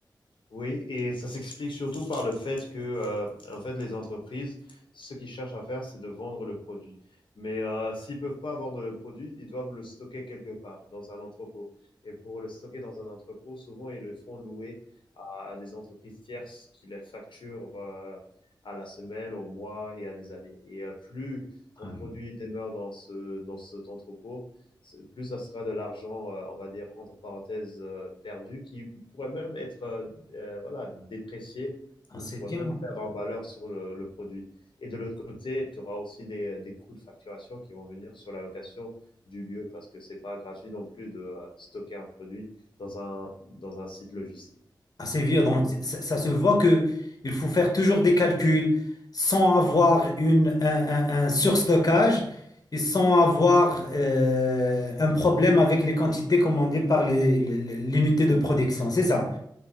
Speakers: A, on the left; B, on the left.
A: Oui, et ça s'explique surtout par le fait que, euh, en fait, les entreprises, ce qu'ils cherchent à faire, c'est de vendre le produit. Mais euh, s'ils peuvent pas vendre le produit, ils doivent le stocker quelque part, dans un entrepôt. Et pour le stocker dans un entrepôt, souvent, ils le font louer à, à des entreprises tierces qui les facturent euh, à la semaine, au mois et à des années. Et euh, plus
B: Ah
A: ton produit
B: oui,
A: demeure dans ce, dans cet entrepôt, c'est- plus ça sera de l'argent, euh, on va dire, entre parenthèses, euh, perdu, qui pourrait même être euh, euh, voilà, déprécier
B: Ah,
A: ou
B: c'est
A: tu vas
B: bien.
A: même perdre en valeur sur le, le produit. Et de l'autre côté, tu auras aussi des, des coûts de facturation qui vont venir sur la location du lieu parce que c'est pas gratuit non plus de euh, stocker un produit dans un, dans un site logistique.
B: assez vieux. Donc, c- ça, ça se voit que il faut faire toujours des calculs sans avoir une, un, un- un surstockage et sans avoir euh, un problème avec les quantités commandées par les- les- les- l'unité de production. C'est ça.